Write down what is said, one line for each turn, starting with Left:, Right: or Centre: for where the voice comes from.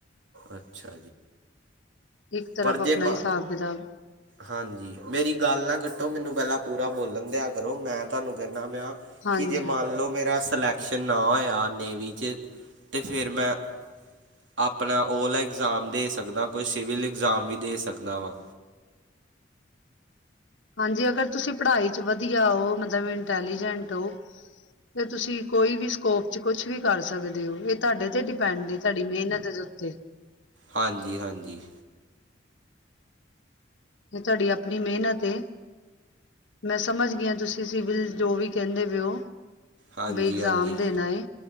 Right: ਅੱਛਾ
Left: ਇੱਕ ਤਰਫ
Right: ਪਰ
Left: ਆਪਣਾ
Right: ਜੇ ਮ
Left: ਹਿਸਾਬ ਕਿਤਾਬ
Right: ਹਾਂਜੀ ਮੇਰੀ ਗੱਲ ਨਾ ਕੱਟੋ ਮੈਨੂੰ ਪਹਿਲਾਂ ਪੂਰਾ ਬੋਲਣ ਦਿਆ ਕਰੋ ਮੈਂ ਤੁਹਾਨੂੰ ਕਹਿੰਨਾ ਨਾ
Left: ਹਾਂਜੀ।
Right: ਕੀ ਜੇ ਮੰਨਲੋ ਮੇਰਾ ਸਲੈਕ ਸ਼ਨ ਨਾ ਹੋਇਆ ਨੇਵੀ ' ਤੇ ਫਿਰ ਮੈਂ ਆਪਣਾ ਉਹਲਾ ਐਗਜ਼ਾਮ ਦੇ ਸਕਦਾ ਹ ਕੋਈ ਸਿਵਲ ਐਗਜ਼ਾਮ ਵੀ ਦੇ ਸਕਦਾ ਵਾ
Left: ਹਾਂਜੀ ਅਗਰ ਤੁਸੀਂ ਪੜ੍ਹਾਈ 'ਚ ਵਧੀਆ ਹੋ ਮਤਲਬ ਇੰਟੈਲੀਜੈਂਟ ਹੋ ਤਾਂ ਤੁਸੀਂ ਕੋਈ ਵੀ ਸਕੋਪ 'ਚ ਕੁਛ ਵੀ ਕਰ ਸਕਦੇ ਹੋ ਇਹ ਤੁਹਾਡੇ ਤੇਤ ਡਿਪੈਂਡ ਏ ਤੁਹਾਡੀ ਮਿਹਨਤ ਦੇ ਉੱਤੇ
Right: ਹਾਂਜੀ ਹਾਂਜੀ
Left: ਇਹ ਤੁਹਾਡੀ ਆਪਣੀ ਮਿਹਨਤ ਏ ਮੈਂ ਸਮਝ ਗੀਆ ਤੁਸੀਂ ਸਿਵਲ ਜੋ ਵੀ ਕਹਿੰਦੇ ਪੇ ਹੋ
Right: ਹਾਂਜੀ
Left: ਬਈ ਇਗਜ਼ਾਮ
Right: ਹਾਂਜੀ
Left: ਦੇਣਾ ਏ